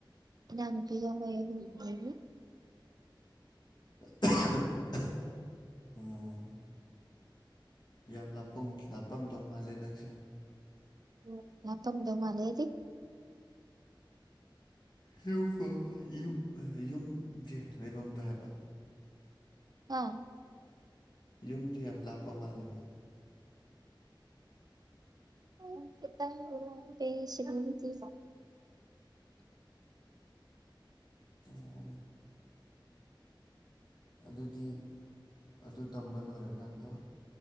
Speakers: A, on the right; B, on the left.
A: ꯏꯅꯥꯎꯅꯨꯄꯤꯒ ꯑꯩꯈꯣꯏ ꯑꯍꯨꯝ ꯂꯩꯔꯤ
B: <unintelligible> ꯑꯣ ꯌꯥꯝ ꯂꯞꯄꯝ ꯂꯥꯞꯄꯝꯗꯧ ꯃꯥꯜꯂꯦ ꯅꯪꯁꯦ
A: ꯎꯝ ꯂꯥꯛꯄꯗꯧ ꯃꯥꯜꯂꯦꯗꯤ
B: ꯌꯨꯝꯁꯦ ꯌꯦꯝ ꯌꯨꯝꯁꯦ ꯂꯩꯐꯝꯗꯨ ꯍꯥꯏꯕ
A: ꯍꯥ
B: ꯌꯨꯝꯗꯤ ꯌꯥꯝ ꯂꯥꯞꯄ ꯃꯥꯜꯂꯦꯕ
A: ꯎꯝ ꯈꯤꯇꯪꯗꯤ ꯂꯥꯞꯄꯦ ꯁꯤꯗꯥꯒꯤꯗꯤ
B: <inaudible> ꯑꯗꯨꯗꯤ ꯑꯗꯨ ꯇꯝꯕ ꯂꯣꯏꯔꯀꯥꯟꯗ